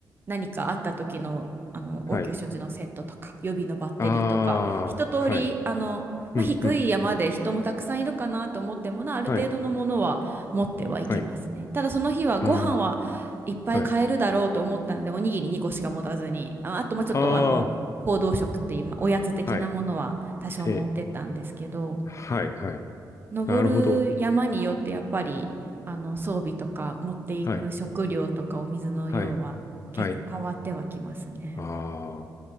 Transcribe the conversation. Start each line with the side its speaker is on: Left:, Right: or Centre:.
Right: 何かあった時の、あの、応急処置のセットとか、
Left: はい。
Right: 予備のバッテリーとか、
Left: あ
Right: 一通り、
Left: あ、はい。
Right: あの、まあ、
Left: うん、
Right: 低い山で人もたくさんいるかなと思ってもな、
Left: うん。
Right: ある程度のものは持ってはいきますね。
Left: はい。はい。
Right: ただその日はご飯はいっぱい買えるだろうと思ったので、
Left: ああ、はい。
Right: おにぎり2個しか持たずに、あ、あと、まあ、ちょっと、
Left: あ
Right: あの、報道食っていう、まあ、おやつ的なものは多少持ってったんですけど
Left: あ、はい。ええ。はい、はい。
Right: 登る山によってやっぱりあの装備とか持っていく食料とかお水の量は結構変わってはきますね。
Left: なるほど。はい。はい。はい。ああ、